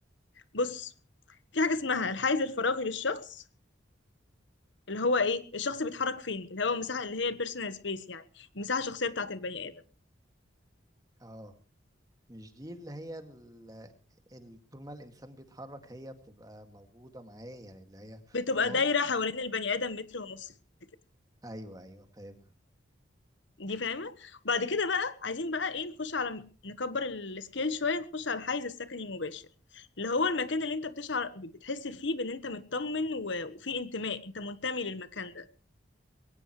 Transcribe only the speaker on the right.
اه مش دي اللي هي ال... ال... طول ما الإنسان بيتحرك هي بتبقى موجودة معاه يعني اللي هي
طول ما
هو-
أيوه أيوه فاهم